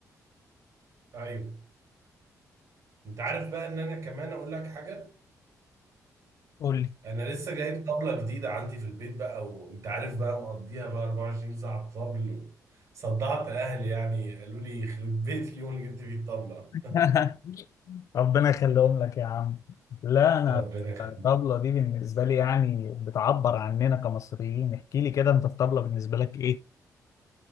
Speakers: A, on the right (about 60°); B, on the left (about 60°).
A: ايوه انت عارف بقى ان انا كمان اقول لك حاجه
B: قول لي
A: انا لسه جايب طبله جديده عندي في البيت بقى وانت عارف بقى مقضيها بقى 24 ساعه طبل صدعت اهلي يعني قالوا لي يخرب بيت اليوم اللي جبت فيه الطبله
B: <laughs> ربنا يخليهم لك يا عم لا انا
A: ربنا يخليك
B: الطبلة دي بالنسبة لي يعني بتعبر عننا كمصريين احكي لي كده انت الطبلة بالنسبة لك